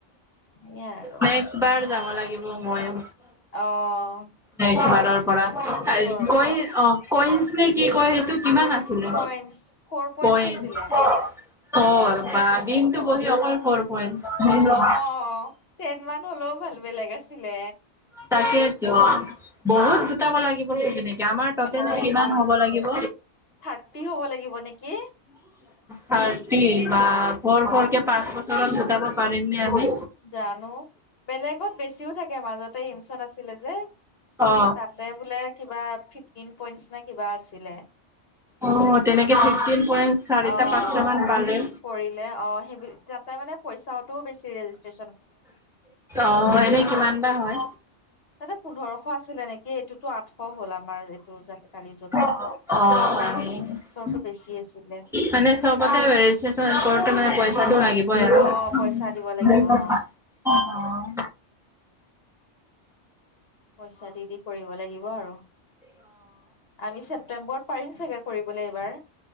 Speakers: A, on the left (about 55°); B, in the centre.
A: সেয়াই আৰু
B: নেক্সট বাৰ যাব লাগিব মইয়ো
A: অ'
B: নেক্সট বাৰৰ পৰা
A: ওচৰত
B: কই অ কইনছ নে কি কয় সেইটো কিমান আছিলে
A: পইন্টচ ফ'ৰ পইন্টচ
B: কইনছ
A: আছিলে
B: ফৌৰ বা দিনটো
A: ফ'ৰ
B: বহি অকল ফৌৰ পইনট
A: অ' টেন মান হ'লেও ভাল বেলেগ আছিলে
B: তাকেইতো, বহুত গোটাব লাগিব। তেনেকে আমাৰ টোটেল
A: হয়
B: কিমান
A: দেই
B: হ'ব লাগিব।
A: থাৰ্টি হ'ব লাগিব নেকি
B: থাৰ্টি বা ভৰ ভৰকে পাঁচ বছত গোটাব পাৰিম নে? আমি
A: জানো, বেলেগত বেছিও থাকে, মাজত তে এইমছত আছিলে যে,
B: অ
A: তাতে বোলে কিবা ফ্ৰি টিন পইন্টচ নে কিবা আছিলে।
B: অ তেনেকে ফিফটিন পইণ্ট চাৰিটা
A: অ'
B: পাঁচটা মান পালে
A: কৰিলে অ সেইব তাতে মানে পইচাও বেছি ৰেজিষ্ট্ৰ
B: অ এনে কিমান বা হয়
A: তাতে পোন্ধৰশ আছিলে নেকি এইটোতো আঠশ হ'ল আমাৰ এইটো কালি
B: অ
A: টো বেছি আছিল
B: মানে চবতে ৰেজিতেষ্টন কৰোতে মানে পইচাটো লাগিবই আৰু
A: অ পইচা দিব লাগিব অ
B: অ
A: পইচা দি দি কৰিব লাগিব আৰু আমি ছেপ্তেম্বৰত পাৰিম চাগে। কৰিবলৈ এইবাৰ